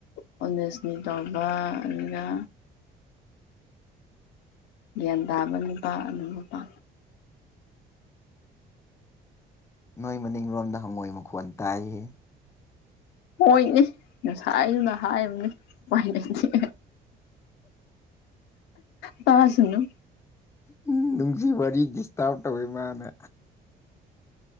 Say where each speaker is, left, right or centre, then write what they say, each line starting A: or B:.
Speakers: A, on the left; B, on the left.
A: ꯀꯂꯖꯅꯤ ꯇꯧꯕ ꯑꯗꯨꯒ ꯒ꯭ꯌꯥꯟ ꯇꯥꯕ ꯅꯨꯄꯥ ꯑꯗꯨ ꯅꯨꯄꯥ
B: ꯅꯣꯏ ꯃꯅꯤꯡꯔꯣꯝꯗ ꯍꯪꯉꯣꯏ ꯃꯈꯣꯟ ꯇꯥꯏ
A: ꯑꯣꯏꯅꯤ ꯉꯁꯥꯏꯗꯨꯅ ꯍꯥꯏꯕꯅꯤ ꯄꯥꯏ ꯂꯩꯦ ꯇꯁꯅꯣ
B: ꯎꯝ ꯅꯨꯡꯁꯤ ꯋꯥꯔꯤ ꯗꯤꯁꯇꯥꯔꯕ ꯇꯧꯋꯦ ꯃꯥꯅꯦ